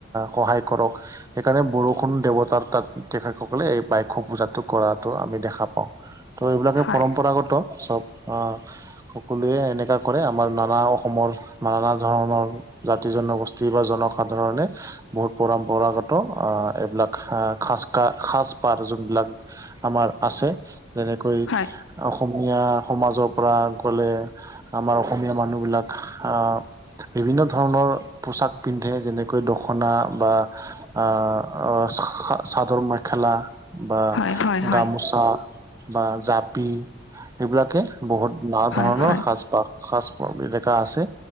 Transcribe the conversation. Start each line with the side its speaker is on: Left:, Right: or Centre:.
Right: সহায় কৰক। সেইকাৰণে বৰষুণ দেৱতাৰ তাত তেখেতসকলে এই বাইথও পূজাতটো কৰা- আমি দেখা পাওঁ। ত' এইবিলাকে
Left: হয়
Right: পৰম্পৰাগত চব আহ- সকলোৱে এনেকুৱা কৰে আমাৰ নানা অসমৰ নানা ধৰণৰ- জাতি জনগোষ্ঠী বা জনসাধাৰণে- বহুত পৰম্পৰাগত এইবিলাক খাজকা সাজপাৰ যোনবিলাক- আমাৰ আছে যেনেকৈ-
Left: হয়
Right: অসমীয়া সমাজৰ পৰা গ'লে, আমাৰ অসমীয়া মানুহবিলাক আঁ- বিভিন্ন ধৰণৰ পোচাক পিন্ধে যেনেকে- দখনা বা আহ চাদৰ মেখেলা। বা
Left: হয় হয় হয় হয়
Right: গামোচা বা জাপি। এইবিলাকে বহুত নানা ধৰণৰ
Left: হয় হয়
Right: সাজপাৰ সাজ এলেকা আছে।